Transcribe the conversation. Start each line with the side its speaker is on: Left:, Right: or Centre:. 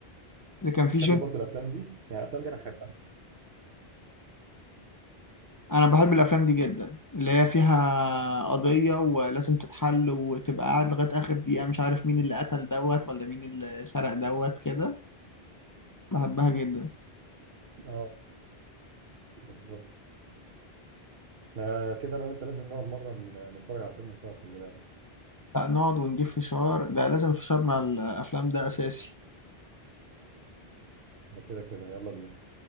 Left: اللي كان فيه
Right: تحب
Left: جون
Right: برضه الافلام دي يعني الافلام دي انا احبها
Left: انا بحب الافلام دي جدا اللي هي فيها قضية ولازم تتحل وتبقى قاعد لغاية اخر دقيقة مش عارف مين اللي قتل دوت ولا مين اللي سرق دوت كده بحبها جدا
Right: اه بالظبط احنا كده انا وانت لازم نقعد مرة ن- نتفرج على فيلم سوا خلي بالك
Left: لا نقعد ونجيب فشار ده لازم فشار مع الافلام ده اساسي
Right: ده كده كده يلا بينا